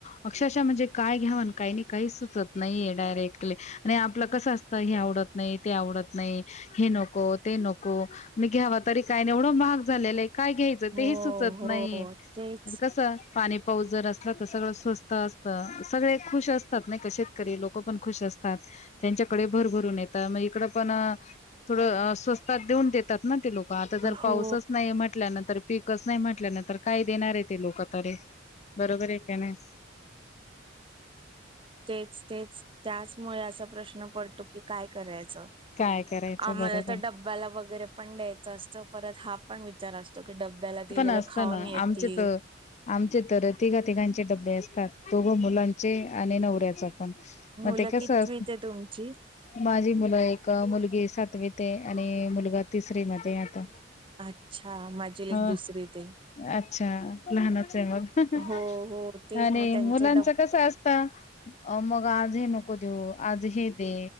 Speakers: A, on the left (about 35°); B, on the right (about 25°).
A: अक्षरशः म्हणजे काय घ्याव अन् काही नाही, काही सुचत नाहीे डायरेक्टली आणि आपलं कसं असतं हे आवडत- नाही, ते आवडत नाही, हे नको, ते नको. मी घ्यावा तरी काय एवढं महाग झालेलं आहे. काय घ्यायचं
B: हो
A: तेही सुचत
B: हो
A: नाही,
B: तेच
A: कस पाणी- पाऊस जर असला तर, सगळं स्वस्त असत, सगळे खुश असतात नाही का, शेतकरी लोक पण खुश असतात. त्यांच्याकडे भरभरून येत, मग इकड पण थोडं स्वस्तात देऊन देत- तात ना ते लोक. आता जर पाऊसच
B: हो
A: नाही म्हटल्या नंतर पीकच नाही म्हट- म्हल्यानंतर काय देणार आहे ते लोक तरी. बरोबर आहेे की नाही?
B: तेच, तेच, त्याचमुळे असा प्रश्न पडतो की, काय करायचं?
A: काय करायचं
B: आम्हाला
A: बरोबर
B: तर डब्ब्याला वगैरे पण द्यायचं असतं, परत हा पण विचार अस- तो की, डब्ब्याला दिलेलं
A: पण असतं
B: खाऊन
A: ना
B: येतील.
A: आमचे तर आमचे तर तिघा-तिघांचे डबे असतात, दोघं मुलांचे आणि नवऱ्याच- पण, मग
B: मुलं
A: ते कस
B: कितवीत
A: अस-
B: आहे तुमची
A: माझी मुलं, एक मुलगी सातवीत आहे आणि मुलगा तिसरी मध्ये आता.
B: अच्छा, माझी लेक
A: हो.
B: दुसरीत आहे.
A: अच्छा, लहानच आहे मग
B: हो हो तेच
A: आणि
B: मग त्यांचे
A: मुलांच
B: डब
A: कस असत- <inaudible> अ.. मग आज हे नको देऊ, आज हे दे,